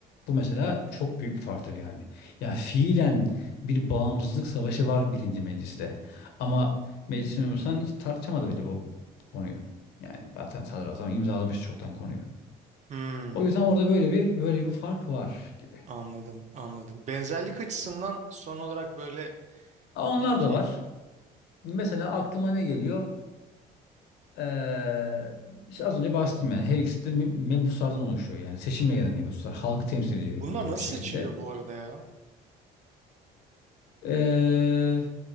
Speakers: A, on the left; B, on the right.
A: Bu mesela çok büyük bir farktır yani. Ya fiilen bir bağımsızlık savaşı var birinci mecliste. Ama meclis memursan hiç tartışamadı bile bu konuyu. Yani zaten sadrazam imzalamış çoktan konuyu.
B: Hmm.
A: O yüzden orada böyle bir böyle bir fark var gibi.
B: Anladım anladım. Benzerlik açısından son olarak böyle
A: Ama Onlar
B: peki
A: da var. Mesela aklıma ne geliyor? Ee, işte az önce bahsettim yani. Her ikisi de me- mebuslardan oluşuyor. Yani seçimle gelen mebuslar. Halkı temsil ediyor
B: bunlar
A: bunlar
B: nasıl
A: bir şekilde.
B: seçiliyor bu arada ya?
A: Ee,